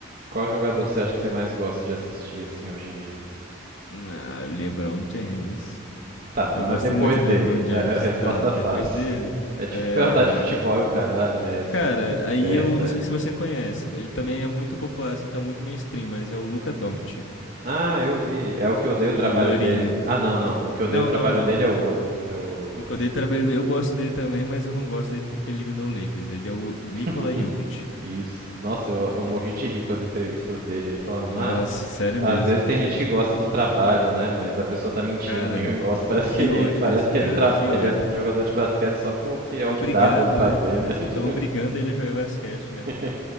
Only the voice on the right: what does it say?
Qual jogador você acha que você mais gosta de assistir, assim, hoje em dia?
Tá, ma-
mas
depois
dele,
é a resposta
fácil.
É tipo
perguntar de futebol e o cara, ah, Messi,
<laughs>
CR7.
Ah, eu vi. É o que eu dei o
trabalho
dele. Ah, não, não. O que eu
dei o trabalho
dele é o outro. É o.
<laughs>
Isso. Nossa, eu, eu
morri de rir com as entrevistas dele. Ele falando,
ah,
às
vezes tem gente que gosta do trabalho, né? Mas a pessoa tá mentindo,
ninguém <laughs> gosta. Parece
que ele,
parece
que
ele, tra...
ele
é jogador de basquete só porque é
o que dá pra ele fazer,
né? <laughs>
Tipo,